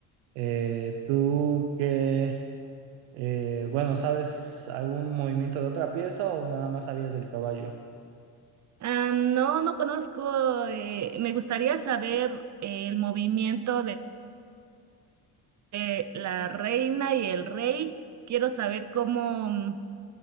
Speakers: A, on the right; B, on the right.
A: eh, tú qué eh, bueno, ¿sabes algún movimiento de otra pieza o nada más sabías del caballo?
B: Ah, no, no conozco, eh, me gustaría saber eh, el movimiento de eh, la reina y el rey. Quiero saber cómo, mm,